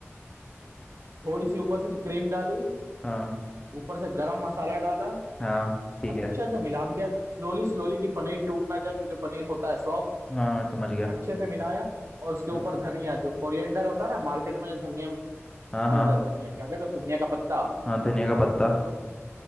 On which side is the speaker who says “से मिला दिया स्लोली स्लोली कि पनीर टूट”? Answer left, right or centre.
Right